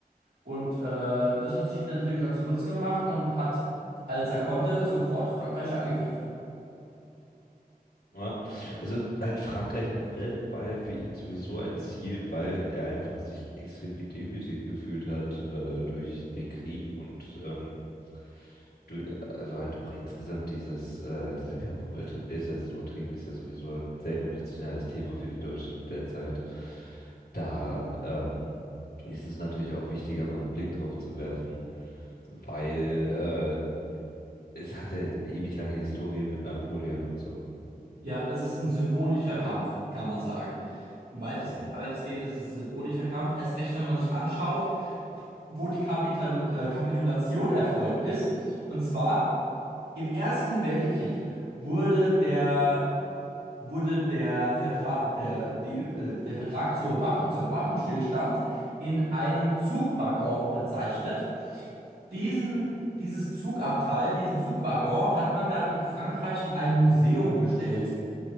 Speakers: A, on the right (about 80°); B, on the left (about 85°).
A: und äh, das hat sich Hitler natürlich auch zu Nutzen gemacht und hat, als er konnte, sofort Frankreich angegriffen.
B: Ja. Also halt Frankreich angreifen war ja für ihn sowieso ein Ziel, weil er einfach sich extrem gedemütigt gefühlt hat äh, durch den Krieg und ähm, Du, also halt auch insgesamt dieses, äh, dieser Kampf um Iltra- Elsass-Lothringen ist ja sowieso ein sehr emotionales Thema für die Deutschen derzeit. Da ähm, ist es natürlich auch wichtiger, mal einen Blick drauf zu werfen, weil äh, es hat ja eine ewig lange Historie mit Napoleon und so.
A: Ja, es ist ein symbolischer Kampf, kann man sagen. Im weitest,
B: Mhm.
A: weitestgehend ist es ein symbolischer Kampf. Erst recht, wenn man sich anschaut, wo die Kapitalu äh, Kapitulation erfolgt ist. Und zwar im Ersten Weltkrieg wurde der, wurde der Vertrag, der, die, äh, der Vertrag zur Waffen, zum Waffenstillstand in einem Zugwaggon unterzeichnet. Diesen, dieses Zugabteil, diesen Zugwaggon hat man dann in Frankreich in ein Museum gestellt.